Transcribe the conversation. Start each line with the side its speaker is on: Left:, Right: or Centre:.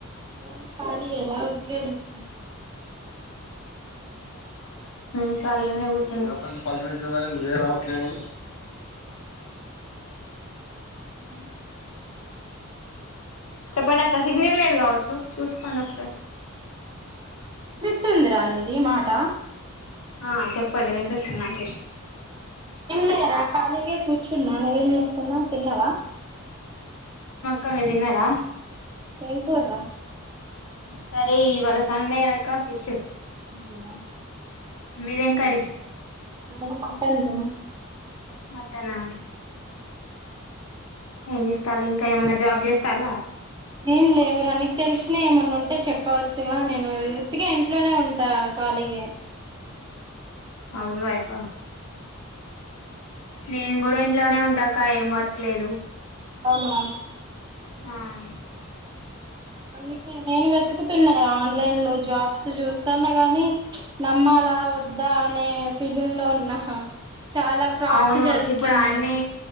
Right: మేము కాలీ ఎరా ఒత్తిగా కూచున్నాను
Left: ఇంకా లేనే కూచుంలిసి నువ్వే రావట్లేదుని
Right: హలో
Left: చెప్పండక్క సిగ్నల్లేదు గ చూసుకోండి ఒకసారి
Right: తుందిర నీది మాట
Left: ఆ చెప్పండి వినిపిస్తుంది నాకు
Right: లేరా ఖాళీగా కూర్చున్నా నువ్వేం చేస్తున్నావ్ తిన్నావా
Left: కమీరుతున్నారా రా
Right: ఏం కుర్రా
Left: కర్రీ ఇవళ సండే కాదక్కా ఫిష్
Right: అవునా
Left: మీదేం కర్రీ
Right: మాది మట్టన్ రా
Left: మ టనా ఏం చేస్తాల ఇంకా ఏమన్నా జాబ్ చేస్తాలా
Right: ఏం లేవురా అనికి తెలిసిన ఏమన్నా ఉంటే చెప్పవచ్చుగా నేను ఉత్తిగా ఇంట్లోనే ఉంటా ఖాళీగా
Left: హౌజ్ వైఫ్ హా నేను కూడా ఇంట్లోనే ఉంటాక ఏం వర్క్ లేదు
Right: అవునా
Left: ఆ
Right: అందుకే నేను వె వెతుకుతున్నారు ఆన్లైన్ లో జాబ్స్ చూస్తాను గానీ నమ్మాల వద్దా అనే ఫిలు లో ఉన్నా చాలా ఫ్రాడ్స్
Left: అవును
Right: జరుగుతున్నాయి
Left: ఇప్పుడు అన్నీ